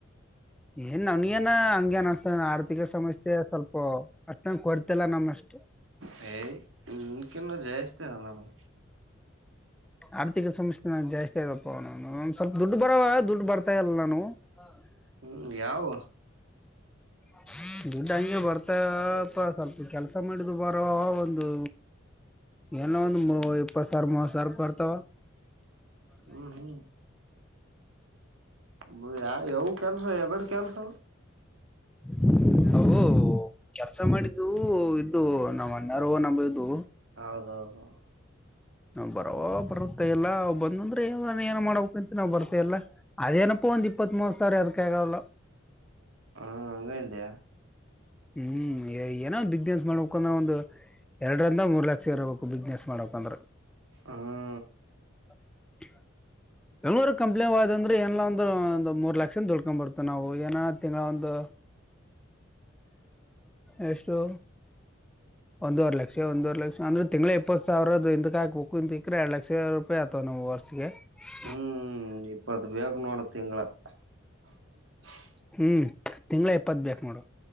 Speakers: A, in the centre; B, on the right.
A: ಏನ್ ನನ್ಗೇನ ಹಂಗೆನು ಅನಿಸ್ತಾಲ್ಲ ಆರ್ಥಿಕ ಸಮಸ್ಯೆ ಸ್ವಲ್ಪ. ಅಸ್ಟೋದು ಕೊಟ್ಟಿಲ್ಲ ಅಷ್ಟು.
B: ಹೇ ನಿಮ್ಮಗೀನ ಜಾಸ್ತಿ ಅದ ನಮ್ದು.
A: ಆರ್ಥಿಕ ಸಮಸ್ಯೆ ಜಾಸ್ತಿ ಅದಾವ ಸ್ವಲ್ಪ ದುಡ್ಡು ಬರವ ದುಡ್ಡು ಬರ್ತಾ ಇಲ್ಲ ನಮ್ದು. <unintelligible>
B: ಹ್ಮ್ ಯಾವು.
A: <inaudible> ದುಡ್ಡು ಹಂಗೆ ಬರ್ತ ಸ್ವಲ್ಪ ಕೆಲ್ಸ ಮಾಡಿದು ಬರುವ ಒಂದು. ಏನ ಒಂದ್ ಇಪ್ಪತ್ ಸಾವಿರ ಮೂವತ್ತು ಸಾವಿರ ಇರ್ತಾವ.
B: ಹ್ಮ್ ಹ್ಮ್ ಯಾವ ಕೆಲ್ರ ಎದರ್ ಕೆಲ್ರ.
A: <unintelligible> ಕೆಲಸ ಮಾಡಿದ್ದು ಇದು ನಮ್ಮ ಅಣ್ಣ ಅವರ ನಮ್ಮ ಇದು.
B: ಹೌದ ಹೌದು.
A: ಬರ ಬರತ್ತ ಇಲ್ಲಾ ಅವ ಬಂದಂದ್ರೆ ಏನ ಮಾಡಬೇಕಂತ ನಾವ್ ಬರ್ತಲ್ಲ. ಅದನಪ್ಪೋ ಒಂದು ಇಪ್ಪತ್ ಮೂವ ಸಾವಿರ ಅದಕ್ಕಾಗಲ್ಲ.
B: ಹಾ ಹಂಗದ್ಯಾ.
A: ಹ್ಮ್ ಏನೋ ಒಂದು ಬಿಸಿನೆಸ್ ಮಾಡಬೇಕು ಅನ್ನೋ ಒಂದು. ಎರಡರಿಂದ ಮೂರ್ ಲಕ್ಷ ಇರಬೇಕು ಬಿಸ್ನೆಸ್ ಮಾಡಬೇಕಂದ್ರೆ.
B: ಹ್ಮ
A: <unintelligible> ಎಂಗೂರು ಕಂಪ್ಲೇನ್ ಆಯ್ ಅಂದ್ರೆ ಏನ ಒಂದು ಒಂದು ಮೂರ್ ಲಕ್ಷ ದುಳ್ಕೊಂಡ್ ಬರ್ತು ನಾವು ಏನ ತಿಂಗಳ ಒಂದು. ಎಷ್ಟು. ಒಂದವರ್ ಲಕ್ಷ ಒಂದೂವರ್ ಲಕ್ಷ ಅಂದ್ರೆ ತಿಂಗಳ ಇಪ್ಪ ಸಾವಿರ ಇದಿಕ್ಕೆ ಹಾಕಬೇಕು ಎರಡು ಲಕ್ಷ. <unintelligible>
B: ಹ್ಮ್ ಒಂದು ಇಪ್ಪತು ಬೇಕು ನೋಡು ತಿಂಗಳ. <unintelligible>
A: ಹ್ಮ್ ತಿಂಗಳ ಇಪ್ಪತ್ ಬೇಕ್ ನೋಡು.